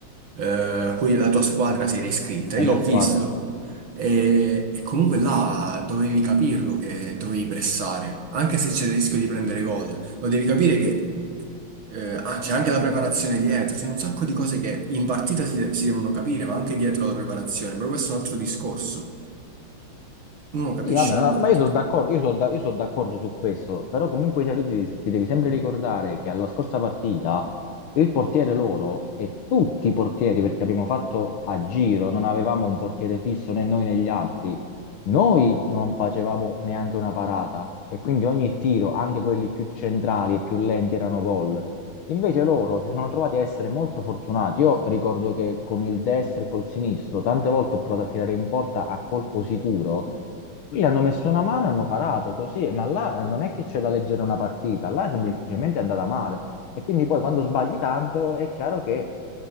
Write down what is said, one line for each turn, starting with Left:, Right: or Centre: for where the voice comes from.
Right: eh, a cui la tua squadra si era iscritta.
Left: la
Right: Io
Left: mia
Right: l'ho
Left: squadra.
Right: visto e, e comunque là dovevi capirlo che dovevi pressare, anche se c'era il rischio di prendere gol. Lo devi capire che eh, ah, c'è anche la preparazione dietro, ci sono un sacco di cose che in partita si, de- si devono capire, ma anche dietro la preparazione, però questo è un altro discorso. Uno capisce
Left: Sì, vabbè, no,
Right: la partita.
Left: ma io sono d'accordo, io sono da- io sono d'accordo su questo, però comunque sia, tu ti, ti devi sempre ricordare che alla scorsa partita il portiere loro e tutti i portieri, perché abbiamo fatto a giro, non avevamo un portiere fisso né noi né gli altri, noi non facevamo neanche una parata e quindi ogni tiro, anche quelli più centrali e più lenti, erano gol. Invece loro si sono trovati a essere molto fortunati. Io ricordo che con il destro e col sinistro tante volte ho provato a tirare in porta a colpo sicuro. Lì hanno messo una mano, hanno parato così, ma là non è che c'è da leggere una partita, là è semplicemente andata male. E quindi poi quando sbagli tanto è chiaro che